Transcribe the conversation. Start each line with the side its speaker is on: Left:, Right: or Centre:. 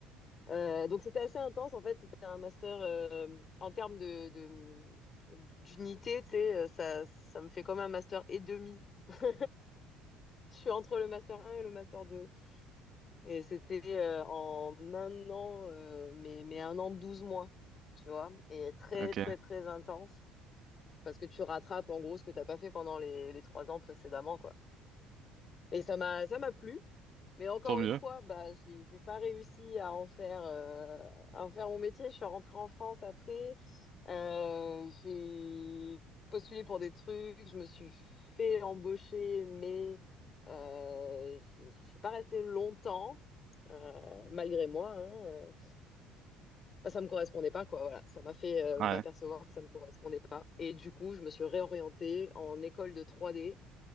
Left: Euh, donc c'était assez intense en fait, c'était un master euh, en termes de, de- d'unité, tu sais, euh, ça, ça me fait comme un master et demi. <laughs> Je suis entre le master 1 et le master 2. Et c'était euh, en un an, euh, mais, mais un an, 12 mois, tu vois, et très
Right: Ok.
Left: très très intense, parce que tu rattrapes en gros ce que t'as pas fait pendant les, les trois ans précédemment, quoi. Et ça m'a ça m'a plu. Mais encore
Right: Tant mieux.
Left: une fois, bah, j'ai j'ai pas réussi à en faire euh, à en faire mon métier. Je suis rentrée en France après. Euh, j'ai postulé pour des trucs. Je me suis fait embaucher, mais euh, j'ai j'ai pas resté longtemps. euh, malgré moi, hein, euh. Bah, ça me correspondait pas, quoi. Voilà, ça m'a fait euh,
Right: Ouais.
Left: m'apercevoir que ça me correspondait pas. Et du coup, je me suis réorientée en école de 3D